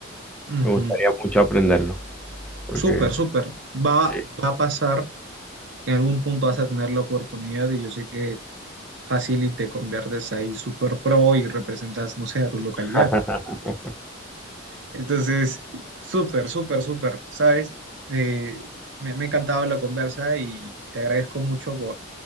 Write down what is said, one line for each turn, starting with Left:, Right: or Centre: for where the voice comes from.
Right: Ujú.
Centre: Me gustaría mucho aprenderlo, porque
Right: Súper, súper. Va,
Centre: sí.
Right: va a pasar, en algún punto vas a tener la oportunidad y yo sé que fácil y te conviertes ahí súper pro y representas, no sé, a tu localidad.
Centre: <laughs>
Right: Entonces, súper, súper, súper, ¿sabes? Eh, me, me ha encantado la conversa y te agradezco mucho por